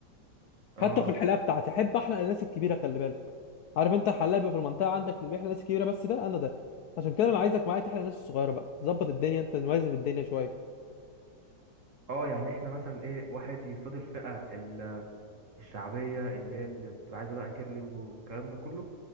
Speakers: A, on the right (about 45°); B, on the left (about 70°).
A: اه
B: حتى في الحلاقه بتاعتي احب احلق الناس الكبيره خلي بالك عارف انت الحلاق بيبقى في المنطقه عندك اللي بيحلق الناس الكبيره بس ده انا ده عشان كده انا عايزك معايا تحلق الناس الصغيره بقى ظبط الدنيا انت نوازن الدنيا شويه
A: اه يعني احنا مثلا ايه واحد يصادر الفئة ال- الشعبية اللي هي اللي بتبقى عايزة بقى كيرلي والكلام ده كله